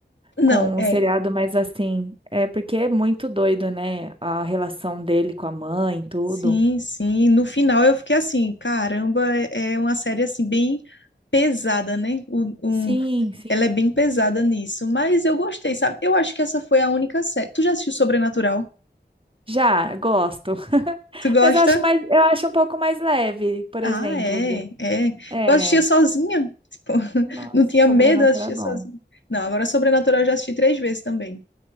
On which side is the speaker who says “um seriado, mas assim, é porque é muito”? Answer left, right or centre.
Right